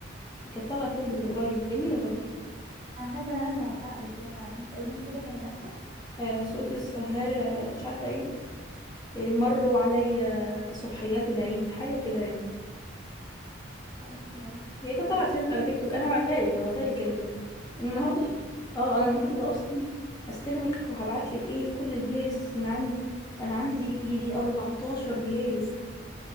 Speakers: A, on the left; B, on the right.
A: كانت طالعة ترند من قريب جميلة برضو
B: انا حاسه ان انا سمعتها قبل كده فعلا قولي لي كده كلماتها
A: آه صوت السهارة مش عارفة ايه إيه، مروا عليا صبحيات العيد حاجة كده يعني
B: أو- يا-
A: هي كانت طالعة
B: بجد
A: ترند
B: انا
A: على تيك توك انا هبعتها لك هبعتها لك كده كده
B: ممكن
A: أنا النهاردة
B: تبعتها لي
A: اه انا النهاردة
B: حلوه
A: اصلا هستلمك وهبعت لك ايه كل البلاي ليست اللي عندي انا عندي يجي 14 بلاي ليست